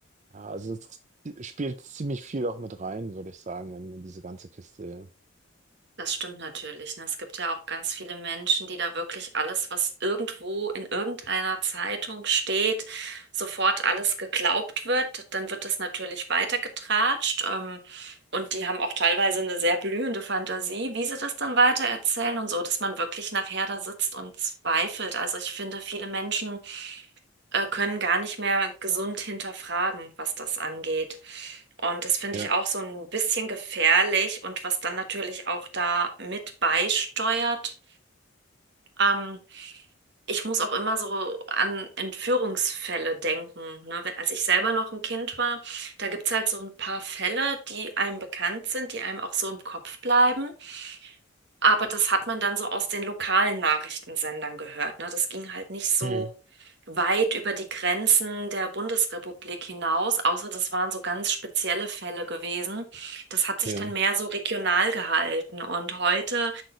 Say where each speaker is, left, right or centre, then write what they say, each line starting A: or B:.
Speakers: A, on the right; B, on the right.
A: Ja, also es spielt ziemlich viel auch mit rein, würde ich sagen, in, in diese ganze Kiste.
B: Das stimmt natürlich. Ne? Es gibt ja auch ganz viele Menschen, die da wirklich alles, was irgendwo in irgendeiner Zeitung steht, sofort alles geglaubt wird. Dann wird das natürlich weitergetratscht. Ähm, und die haben auch teilweise eine sehr blühende Fantasie, wie sie das dann weitererzählen und so, dass man wirklich nachher da sitzt und zweifelt. Also ich finde, viele Menschen äh, können gar nicht mehr gesund hinterfragen, was das angeht. Und das finde
A: Ja.
B: ich auch so ein bisschen gefährlich und was dann natürlich auch da mit beisteuert. Ähm, ich muss auch immer so an Entführungsfälle denken. Ne? Wenn, als ich selber noch ein Kind war, da gibt es halt so ein paar Fälle, die einem bekannt sind, die einem auch so im Kopf bleiben. Aber das hat man dann so aus den lokalen Nachrichtensendern gehört, ne? Das ging halt nicht so
A: Ja. Hm,
B: weit über die Grenzen der Bundesrepublik hinaus, außer das waren so ganz spezielle Fälle gewesen. Das hat sich
A: ja.
B: dann mehr so regional gehalten. Und heute